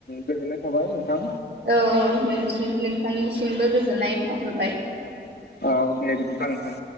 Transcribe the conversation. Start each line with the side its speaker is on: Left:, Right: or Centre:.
Left: गोजोननाय थाबाय नोंथां
Right: औ औ नोंसि नोंथांनिसिमबो गोजोननाय थाहरबाय
Left: औ दे बिदिब्ला नोंथां